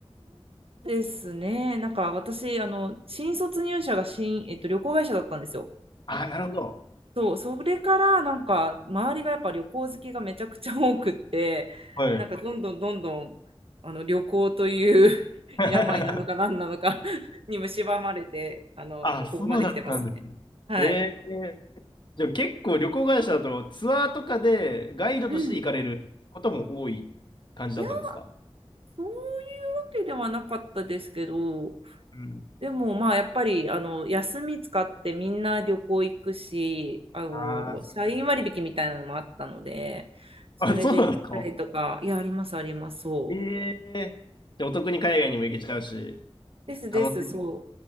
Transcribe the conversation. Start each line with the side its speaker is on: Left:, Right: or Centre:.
Right: ですね。なんか私、あの、新卒入社が新、えっと、旅行会社だったんですよ。
Left: ああー、なるほど。
Right: そう、それからなんか周りがやっぱ旅行好きがめちゃくちゃ多くって、
Left: はい。
Right: なんかどんどんどんどんあの旅行という <laughs>
Left: <laughs>
Right: 病なのか何なのか <laughs> に蝕まれて、あの、
Left: あ、
Right: ここまで来てますね。
Left: そうだったんですね。
Right: はい。
Left: ええでも結構旅行会社だとツアーとかでガイドとして行かれることも多い感じだったんですか
Right: うん。いや、そういうわけではなかったですけど、
Left: うん。
Right: でもまあやっぱりあの休み使ってみんな旅行行くし、あの、
Left: ああ、そういうことですね。
Right: 社員割引みたいなのもあったので、それで行ったりとか、
Left: あ、そうなんですか。
Right: いや、ありますあります、そう。
Left: ええで、お得に海外にも行けちゃうし、
Right: ですです、
Left: 楽しい。
Right: そ